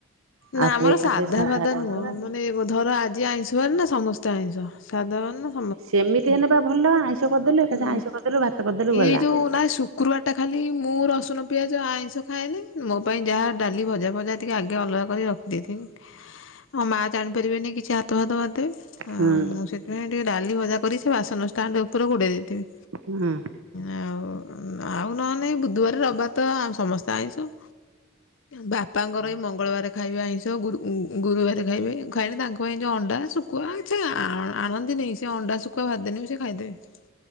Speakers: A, on the right; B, on the left.
A: ଆଉ
B: ନା
A: ତୁ
B: ଆମର
A: ଏକା
B: ସାଧା
A: ସେ
B: ବାଧା
A: କରିଦବୁ।
B: ନୁହଁ ମାନେ ବୁଧବାର ଆଜି ଆଇଁଷବାର ନା ସମସ୍ତେ ଆଇଁଷ, ସାଧାବାରନ
A: ସେମିତି ହେନେବା ଭଲ ଆଇଁଷ କରିଦେଲୁ ଏକାଥେରେ
B: ହୁଁ
A: ଆଇଁଷ କରିଦେଲୁ ଭାତ କରିଦେଲୁ
B: ଏଇ
A: ଗଲା
B: ଯୋଉ ନା ଶୁକ୍ରବାର ଟା ଖାଲି ମୁଁ ରସୁଣ, ପିଆଜ, ଆଇଁଷ ଖାଏନି, ମୋ ପାଇଁ ଯାହା ଡାଲି ଭଜା ଫଜା ଟିକେ ଆଗ ଗେ ଅଲଗା କରି ରଖିଦେଇଥିବି, ଆଉ ମାଆ ଜାଣିପାରିବେନି କିଛି ହାତ ଫାତ ମାରିଦେବେ
A: ହୁଁ
B: ଆଉ ମୁଁ ସେଥିପାଇଁ ଟିକେ ଡାଲି, ଭଜା କରିକି ସେ ବାସନ ଷ୍ଟାଣ୍ଡ ଉପରେ ଘୋଡେଇ ଦେଇଥିବି।
A: ହୁଁ
B: ଆଉ ଆଉ ନହେନ ନାହିଁ ବୁଧୁବାରେ, ରବିବାରେ ତ ସମସ୍ତେ ଆଇଁଷ ବାପାଙ୍କର ଏଇ ମଙ୍ଗ ମଙ୍ଗଳବାରେ ଖାଇବେ ଆଇଁଷ ଗୁରୁ ଗୁରୁବାରେ ଖାଇବେ ଖାଇଲେ ତାଙ୍କ ପାଇଁ ଯେଉଁ ଅଣ୍ଡା, ଶୁଖୁଆ ସେ ଆ ଆଣନ୍ତିନି ସେ ଅଣ୍ଡା, ଶୁଖୁଆ ଭାଜିଦେନେ ବି ସେ ଖାଇଦେବେ।